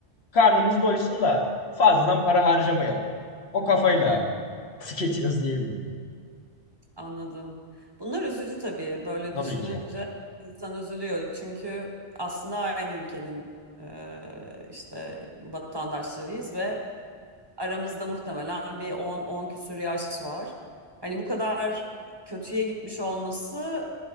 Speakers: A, on the left; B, on the right.
A: karnımız doysun da fazladan para harcamayalım. O kafayla
B: Hı,
A: <laughs> tüketiyoruz diyebilirim.
B: anladım. Bunlar üzücü tabii. Böyle
A: Tabii
B: düşününce
A: ki.
B: insan üzülüyor. Çünkü aslında aynı ülkenin e, işte vatandaşlarıyız ve Aramızda muhtemelen bir on on küsür yaş var. Hani bu kadar kötüye gitmiş olması